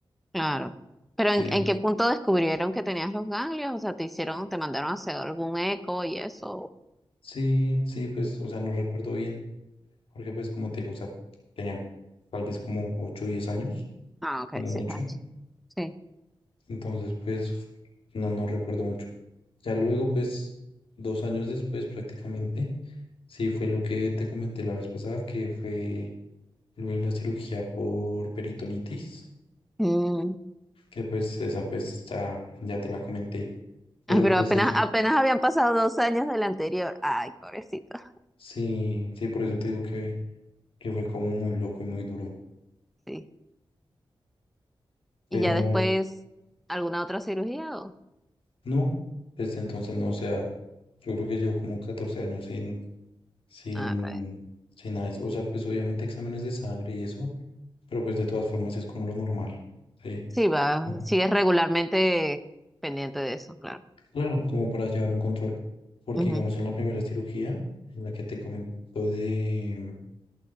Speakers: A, in the centre; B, on the left.
A: claro. Pero
B: Sí,
A: ¿en, en qué punto descubrieron que tenías los ganglios? O sea, te hicieron, te mandaron a hacer algún eco y eso.
B: sí, sí, pues, o sea, no recuerdo bien, porque pues como te digo, o sea, tenía tal vez como 8 o 10 años,
A: Ah, ok,
B: como
A: sí,
B: mucho,
A: está ch- Sí.
B: entonces pues no, no recuerdo mucho. Ya luego, pues, dos años después prácticamente, sí fue lo que te comenté la vez pasada, que fue lo de la cirugía por peritonitis,
A: Wow.
B: que pues esa pues ya, ya te la comenté, pero
A: Ah, pero
B: pues
A: apenas,
B: es,
A: apenas habían pasado dos años del anterior. Ay, pobrecito.
B: sí, sí, por eso te digo que que fue como muy loco y muy duro.
A: Sí.
B: Pero
A: Y ya después, ¿alguna otra cirugía? O?
B: no, desde entonces no, o sea, yo creo que llevo como 14 años sin, sin,
A: Ah, re-
B: sin nada de eso. O sea, pues obviamente exámenes de sangre y eso, pero pues de todas formas es como lo normal, ¿sí?
A: sí, va.
B: Mm,
A: Sigues regularmente pendiente de eso, claro.
B: Claro, como para llevar un control. Porque
A: Ujú.
B: digamos en la primera cirugía, en la que te comentó de,